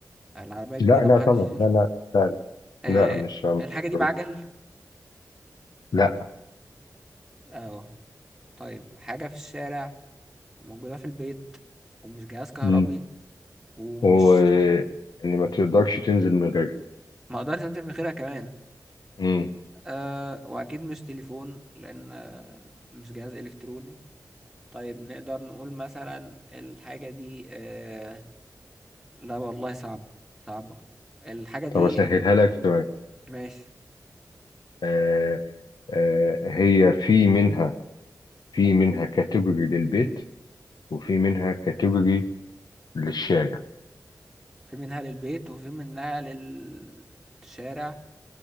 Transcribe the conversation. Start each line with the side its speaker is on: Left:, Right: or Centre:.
Centre: العربية كبيرة
Left: لا لا
Centre: محدش
Left: طبعا
Centre: يشيلها
Left: لا لا لا لا,
Centre: آه
Left: لا مش مش
Centre: الحاجة دي
Left: قربت.
Centre: بعجل
Left: لا
Centre: اه طيب حاجة في الشارع وموجودة في البيت ومش جهاز كهربي
Left: مم.
Centre: ومش
Left: و يعني ما تقدرش تنزل من غيرها
Centre: ما اقدرش انزل من غيرها كمان
Left: مم.
Centre: آه واكيد مش تليفون لان آه، مش جهاز الكتروني طيب نقدر نقول مثلا الحاجة دي آه لا والله صعبة صعبة الحاجة دي
Left: طب أسهلها لك شوية
Centre: ماشي
Left: آه آه هي في منها في منها كاتيجوري للبيت وفي منها كاتيجوري للشارع
Centre: في منها للبيت وفي منها للشارع